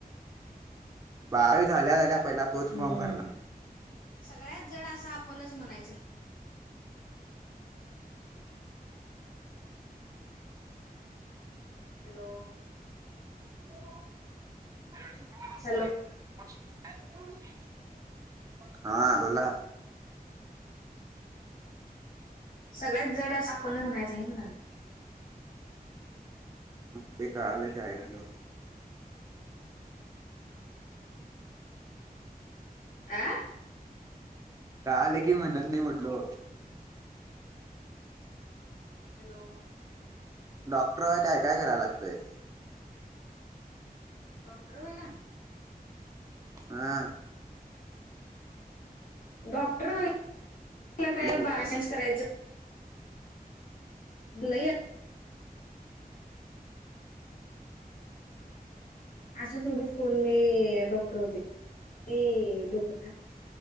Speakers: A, on the right; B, on the left.
A: बारावी झाल्या झाल्या पहिला तोच
B: हम्म
A: फॉर्म भरणार.
B: सगळ्यात जड असं आपणच म्हणायचं. हॅलो.
A: <unintelligible>
B: हॅलो
A: हा बोला.
B: सगळ्यात जड अस आपण म्हणायचं नाही म्हणालोय.
A: हा ते काळालयं ते ऐकलो.
B: आ?
A: कळालं की म्हणत नाही म्हटलो.
B: हॅलो.
A: डॉक्टर व्हाय काय काय कराय लागतंय?
B: डॉक्टर व्हायला?
A: हा.
B: डॉक्टर व्हायला काय
A: लगे
B: बारा <unintelligible> करायचं लय असं तेथवढच कोणी <unintelligible> डॉक्टर होते <unintelligible> डोकं खा